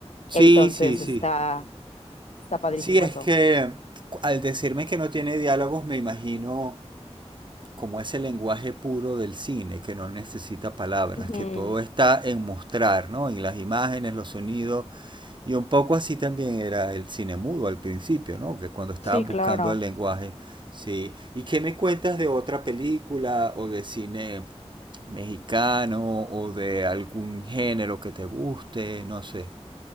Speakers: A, on the right; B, on the left.
A: Sí,
B: Entonces
A: sí, sí.
B: Mm. está, está padrísimo
A: Sí, es
B: eso.
A: que cu- al decirme que no tiene diálogos, me imagino como ese lenguaje puro del cine, que no necesita palabras,
B: Ujú.
A: que todo está en mostrar, ¿no? En las imágenes, los sonidos, Y un poco así también era el cine mudo al principio, ¿no? Que cuando estaban
B: Sí, claro.
A: buscando el lenguaje, sí. ¿Y qué me cuentas de otra película o de cine mexicano o de algún género que te guste? No sé.